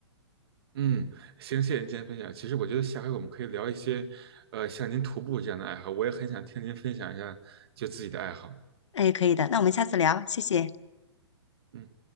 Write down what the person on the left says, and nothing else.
哎，可以的，那我们下次聊，谢谢。